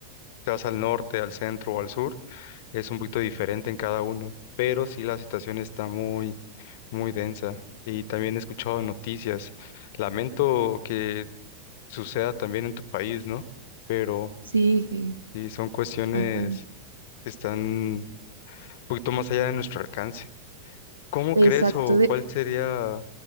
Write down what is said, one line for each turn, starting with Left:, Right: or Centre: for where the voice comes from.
Left: te vas al norte, al centro o al sur, es un poquito diferente en cada uno, pero sí la situación está muy, muy densa. Y también he escuchado noticias. Lamento que suceda también en tu país, ¿no? Pero
Right: Sí, sí,
Left: sí, son cuestiones
Right: así. mi-
Left: que están un poquito más allá de nuestro alcance. ¿Cómo
Right: Exacto.
Left: crees o
Right: de-
Left: cuál sería